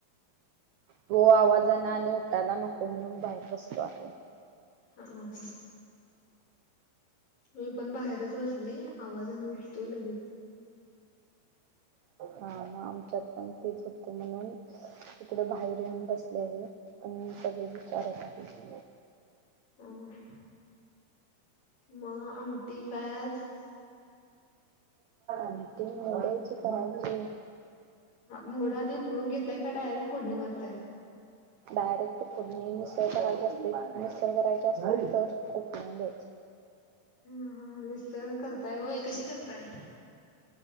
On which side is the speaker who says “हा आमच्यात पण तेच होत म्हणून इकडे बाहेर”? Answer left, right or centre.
Right